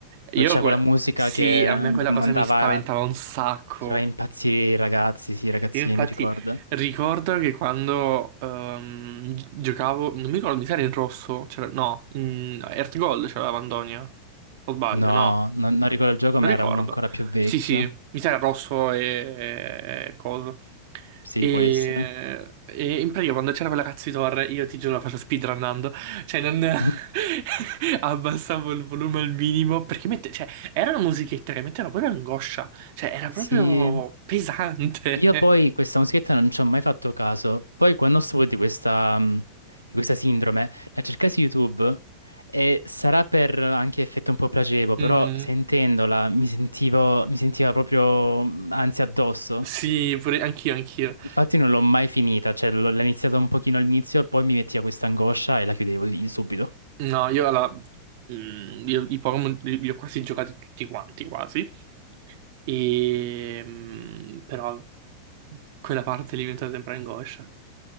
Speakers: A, on the right; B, on the right.
A: io,
B: dove c'è
A: que-
B: quella musica
A: sì,
B: che
A: a
B: and-
A: me quella
B: mandava,
A: cosa mi spaventava un sacco.
B: faceva impazzire i ragazzi, sì, i ragazzini,
A: Io, infatti,
B: mi ricordo.
A: ricordo che quando ehm, gi- giocavo, non mi ricordo, mi sa era in rosso, c'era- no, in Earth Gold c'era Lavandonia. O sbaglio,
B: No,
A: no?
B: non, non ricordo il gioco,
A: Non
B: ma
A: ricordo.
B: era uno ancora più vecchio.
A: Sì, sì, mi sa rosso e, e coso.
B: Sì,
A: E,
B: può essere.
A: e in pratica quando c'era quella cazzo di torre, io ti giuro la faccio speedrunnando. Cioè, non <laughs>
B: <laughs>
A: abbassavo il volume al minimo. Perché mette... cioè, era una musichetta che metteva proprio angoscia. Cioè, era
B: Sì,
A: proprio pesante.
B: io poi questa musichetta non ci ho mai fatto caso. Poi quando stuvo di questa, mh, di questa sindrome, la cercai su YouTube e sarà per anche effetto un po' placebo,
A: Mhm.
B: però sentendola mi sentivo, mi sentiva proprio mh, ansia addosso.
A: Sì, pure anch'io, anch'io.
B: Infatti non l'ho mai finita, cioè l'ho l'ho iniziata un pochino all'inizio, poi mi metteva questa angoscia e la chiudevo di- subito.
A: No, io alla. mm, Io, i Pokémon li, li ho quasi giocati tutti quanti, quasi. E, mm, però quella parte lì mi è diventata sempre angoscia.